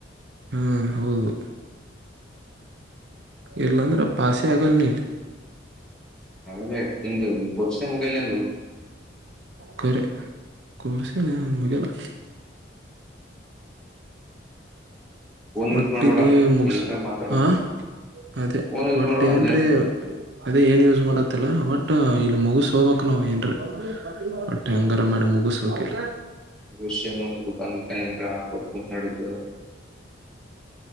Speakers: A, on the right; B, in the centre.
A: ಹ್ಮ್ ಹೌದು. ಇಲ್ಲ ಅಂದ್ರ ಆ ಪಾಸೆ ಆಗಲ್ ನಿ.
B: <unintelligible>
A: ಕರೆ ಕೋರ್ಸ್ ಏನ್ ಮುಗಿಯಲ್ಲ.
B: ಫೋನ್ ಯೂಸ್
A: ಒಟ್ಟಿಲಿ
B: ಮಾಡ್ಬೇಡ
A: ಮುಗಸ
B: ಏನ್ರ ಮಾತಾಡು
A: ಹಾ, ಅದೇ
B: ಫೋನ್ ಯೂಸ್
A: ಒಟ್ಟ
B: ಮಾಡ್ಬೇಡ ಅಂದೆ
A: ಏನರೇ, ಅದೆ ಏನ್ ಯೂಸ್ ಮಾಡತ್ತಲ್ಲ ಒಟ್ ಇಲ್ಲಿ ಮುಗ್ಸ ಹೋಗ್ಬೇಕ್ ನಾವು ಏನರೇ, ಹೊಟ್ಟ ಹೆಂಗರ ಮಾಡಿ ಮುಗಸ ಹೋಗ್ಬೇಕ.
B: <unintelligible>